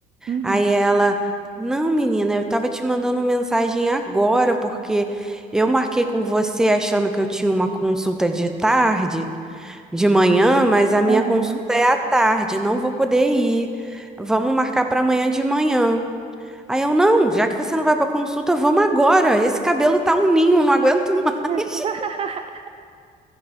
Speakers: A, on the right; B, in the centre.
A: Uhum.
B: Aí ela, não, menina, eu tava te mandando mensagem agora, porque eu marquei com você achando que eu tinha uma consulta de tarde, de manhã, mas a minha
A: Aham.
B: consulta é à tarde, não vou poder ir. Vamos marcar para amanhã de manhã. Aí eu, não, já que você não vai para consulta, vamos agora. Esse cabelo tá um ninho, não aguento mais.
A: <laughs>